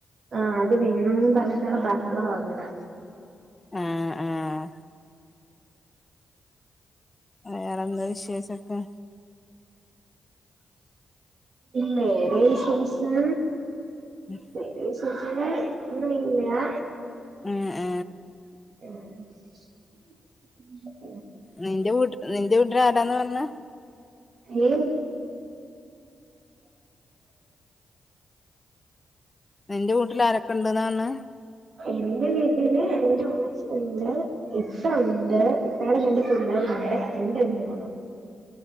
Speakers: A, on the right; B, on the left.
A: ആ അത് വേണന്ന് പറഞ്ഞിട്ടുള്ള ബഹള ഇവിടെ
B: ആഹ ആഹ വേറെ എന്താ വിശേഷക്കെ?
A: വേറെ വിശേഷം
B: ഉം
A: വേറെ വിശേഷങ്ങൾ ഒന്നുംമില്ലാ
B: ഉം ഏഹ
A: <inaudible>
B: നിന്റെ വീട്ട നിന്റെ വീട്ടിൽ ആരാന്ന് പറഞ്ഞ?
A: ഏഹ്
B: നിന്റെ വീട്ടിൽ അരൊക്കെണ്ട് ന്നർഞ്ഞ
A: ഇന്റെ വീട്ടില് എന്റെ ഉമ്മച്ചി ഉണ്ട് ഇപ്പ ഉണ്ട് ഇപ്പാടെ രണ്ട് പിള്ളേര് ഉണ്ട് എന്റെ ഒരു മോളും